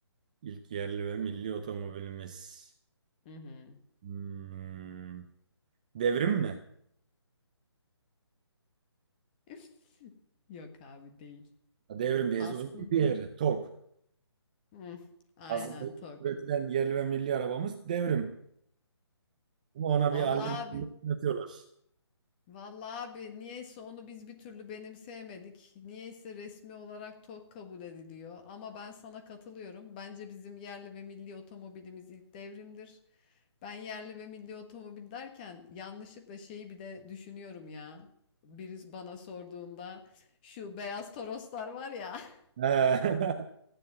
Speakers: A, on the right; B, on the left.
A: İlk yerli ve milli otomobilimiz.
B: Hı hı.
A: Hmm. Devrim mi?
B: <laughs> Yok abi değil.
A: Devrim diye
B: Aslında
A: uzun bir yeri. Tok.
B: Hı, aynen
A: Aslında
B: tok.
A: üretilen yerli ve milli arabamız devrim. Ama ona
B: Vallahi
A: bir allem
B: abi
A: atıyorlar.
B: Vallahi abi niyeyse onu biz bir türlü benimseyemedik. Niyeyse resmi olarak TOG kabul ediliyor. Ama ben sana katılıyorum. Bence bizim yerli ve milli otomobilimiz ilk devrimdir. Ben yerli ve milli otomobil derken yanlışlıkla şeyi bir de düşünüyorum ya. Birisi bana sorduğunda şu beyaz Toroslar var ya. <laughs>
A: He. <laughs>